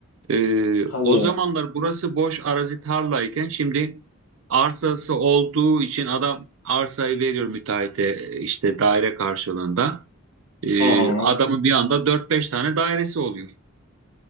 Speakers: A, on the right; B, on the left.
A: Ee,
B: Hadi.
A: o zamanlar burası boş arazi tarlayken şimdi arsası olduğu için adam arsayı veriyor müteahhite işte daire karşılığında. Ee,
B: Hı hı.
A: adamın bir anda dört beş tane dairesi oluyor.